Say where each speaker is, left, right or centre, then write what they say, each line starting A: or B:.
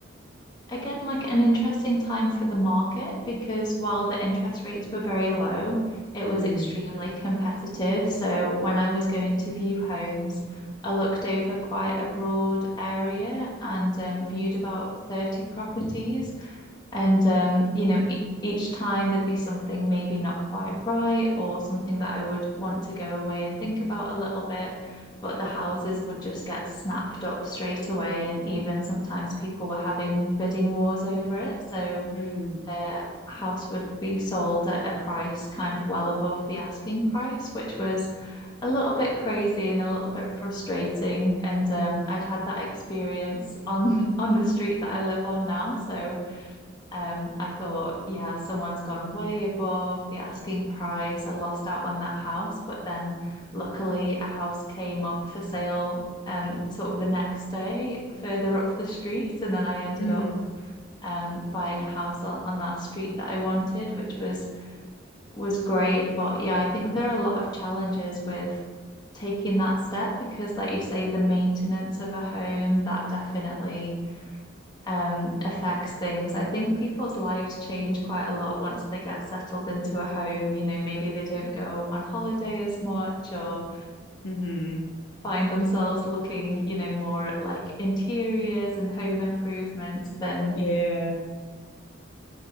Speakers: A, on the left; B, on the left.
A: again, like an interesting time for the market because while the interest rates were very low, it was
B: Hmm.
A: extremely competitive. So when I was going to view homes, I looked over quite a broad area and um, viewed about 30 properties. And um, you know, e each time there'd be something maybe not quite right or something that I would want to go away and think about a little bit. But the houses would just get snapped up straight away. And even sometimes people were having bidding wars over it. So
B: Hmm.
A: the house would be sold at a price kind of well above the asking price, which was a little bit crazy and a little bit frustrating. And um, I'd had that experience on <laughs> on the street that I live on now. So um, I thought, yeah, someone's gone way above the asking price. I lost out on that house, but then luckily a house came up for sale um sort of the next day further up the street, and then I ended
B: Mm,
A: up um buying a house on, on that street that I wanted, which was was great. But yeah, I think there are a lot of challenges with taking that step because, like you say, the maintenance of a home, that definitely um, affects things. I think people's lives change quite a lot once they get settled into a home. You know, maybe they don't go on holiday as much or
B: hmm
A: find themselves looking, you know, more at like interiors and home improvements than.
B: Yeah.
A: <laughs>